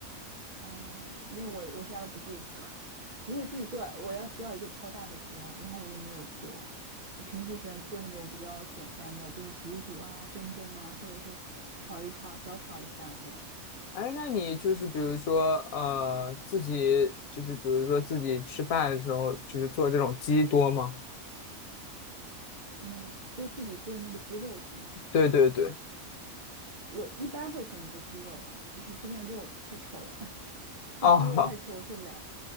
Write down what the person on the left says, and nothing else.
哎，那你就是比如说呃自己就是比如说自己吃饭的时候，就是做这种鸡多吗？
对对对。
哦，